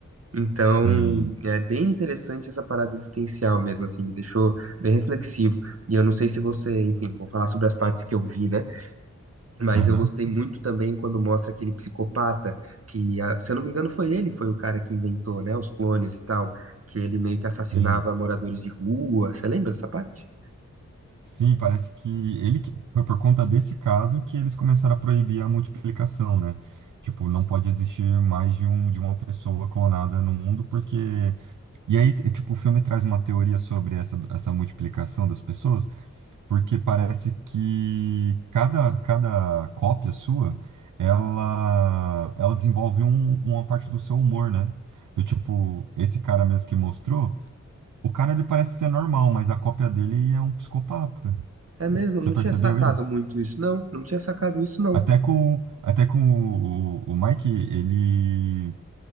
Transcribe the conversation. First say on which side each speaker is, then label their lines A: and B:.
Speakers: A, on the right; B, on the right.
A: Então,
B: Sim.
A: é bem interessante essa parada existencial mesmo, assim, me deixou bem reflexivo. E eu não sei se você, enfim, vou falar sobre as partes que eu vi, né? Mas
B: Aham.
A: eu gostei muito também quando mostra aquele psicopata que, ah, se eu não me engano, foi ele, foi o cara que inventou, né, os clones e tal, que ele meio que assassinava
B: Sim.
A: moradores de rua. Você lembra dessa parte?
B: Sim, parece que ele que- foi por conta desse caso que eles começaram a proibir a multiplicação, né? Tipo, não pode existir mais de um de uma pessoa clonada no mundo porque e aí, t- tipo, o filme traz uma teoria sobre essa essa multiplicação das pessoas porque parece que cada, cada cópia sua, ela, ela desenvolve um- uma parte do seu humor, né? Do tipo, esse cara mesmo que mostrou, o cara ele parece ser normal, mas a cópia dele é um psicopata.
A: É mesmo,
B: Você
A: eu não
B: percebeu
A: tinha sacado
B: isso?
A: muito isso, não. Não tinha sacado isso, não.
B: Até com, até com o, o o Mike, ele